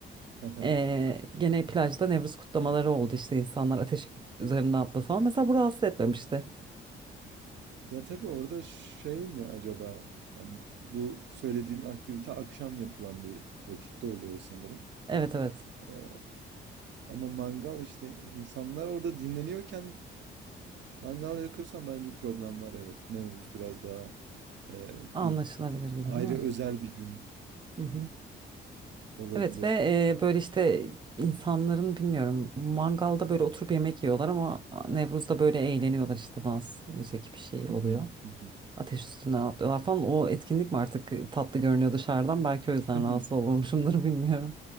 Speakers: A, on the right; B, on the right.
A: Hı hı.
B: Ee, gene plajda Nevruz kutlamaları oldu işte insanlar ateş üzerine atla falan mesela bu rahatsız etmemişti.
A: Ya tabii orada şey mi acaba? Yani bu söylediğin aktivite akşam yapılan bir vakitte oluyor sanırım.
B: Evet evet
A: Ee, ama mangal işte insanlar orada dinleniyorken mangal yakıyorsan bence problem var evet. Nevruz biraz daha e,
B: anlaşılabilir
A: bu
B: gibi
A: ayrı
B: değil mi?
A: özel bir gün
B: Hı hı.
A: olabilir.
B: Evet ve eee, böyle işte insanların bilmiyorum mangalda böyle oturup yemek yiyorlar ama Nevruz'da böyle eğleniyorlar işte dans, müzik bir şey
A: Hı
B: oluyor.
A: hı, hı
B: Ateş üstünden atlıyorlar falan. O etkinlik mi artık tatlı görünüyor dışarıdan? Belki o yüzden
A: hı.
B: rahatsız olmamışımdır bilmiyorum.